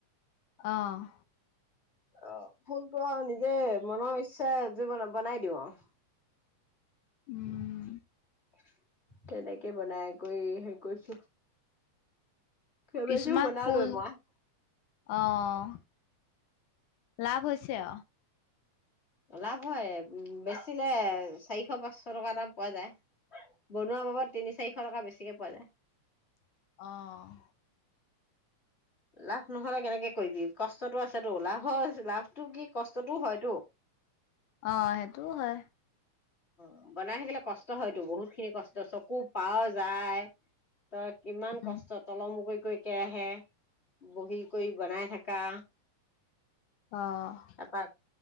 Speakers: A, on the left (about 80°); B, on the left (about 25°).
A: অ'
B: অ ফুলটো আও নিজে মনৰ ইচ্ছাৰে যি বনে বনাই দিওঁ চ
A: উম,
B: <unintelligible> তেনেকে বনাই কৰি হেৰি কৰিছো কেবেযোও
A: কিছুমান
B: বনলো
A: ফুল
B: এ মই
A: অ' লাভ হৈছে আও
B: লাভ হয় বেচিলে চাৰিশ-পাঁচশ টকা এটা পোৱা যায় বনোৱা বাবত তিনি-চাৰিশ টকা বেছি কে পোৱা যায়
A: অ'
B: লাভ নহ'লে কেনেকে কৰিবি? কষ্টতো আছেতো, লাভ হয়, লাভটো কি কষ্টতোও হয়তো
A: অ', সেইটোও হয়
B: অ', বনাই থাকিলে কষ্ট হয়তো, বহুত খিনি কষ্ট চকু পাৱা যায় তই কিমান
A: উম,
B: কষ্ট ত'ল মু কই <unintelligible> বহি কৰি, বনাই থাকা।
A: অ'।
B: তাৰপা